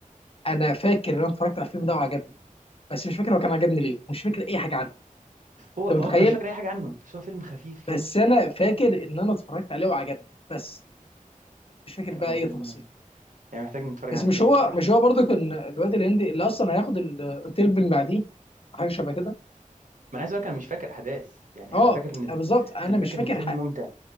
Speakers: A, on the left; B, on the right.
A: انا فاكر ان انا اتفرجت على الفيلم ده وعجبني بس مش فاكر هو كان عجبني ليه مش فاكر اي حاجه عنه
B: هو
A: انت
B: ما
A: متخيل
B: هو أنا مش فاكر أي حاجة عنه بس هو فيلم خفيف
A: بس
B: كده
A: انا فاكر ان انا اتفرجت عليه وعجبني بس مش فاكر
B: لا لا،
A: بقى
B: هو
A: اي
B: فيلم
A: تفاصيل
B: يعني محتاج نتفرج
A: بس
B: عليه
A: مش
B: تاني
A: هو
B: بصراحة
A: مش هو برضه كان الواد الهندي اللي اصلا هياخد الاوتيل من بعديه حاجه شبه كده
B: ما أنا عايز أقول لك أنا مش فاكر أحداث يعني
A: اه
B: أنا فاكر إن
A: أنا بالظبط انا
B: أنا
A: مش
B: فاكر
A: فاكر
B: إن الفيلم
A: حاجه
B: ممتع